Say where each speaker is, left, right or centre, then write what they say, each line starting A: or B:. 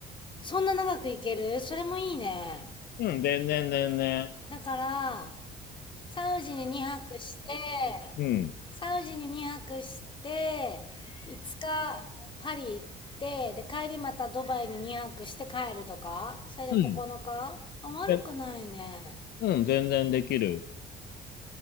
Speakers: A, on the left; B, on the left.
A: そんな長く行けるそれもいいね。
B: うん、全然全然。
A: だから、サウジに2泊して、
B: うん。
A: サウジに2泊して、5日パリ行って、で、帰りまたドバイに2泊して帰るとか、それで9日あ、
B: うん。
A: 悪くないね。
B: えうん、全然できる。